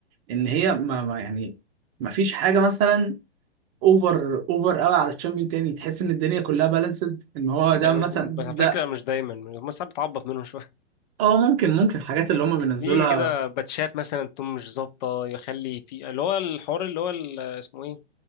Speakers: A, on the right (about 30°); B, on the left (about 45°).
A: ان هي ما ما- يعني ما فيش حاجه مثلا اوفر اوفر قوي على تشامبيون تاني تحس ان الدنيا كلها بالانسد ان هو
B: بالانس
A: ده مثلا
B: بس
A: ده
B: على فكرة مش دايما بس ساعات بتعبط منهم شوية
A: اه ممكن ممكن الحاجات اللي هم بينزلها
B: في كده باتشات مثلا تكون مش ظابطه يخلي في اللي هو الحوار اللي هو ال- اسمه ايه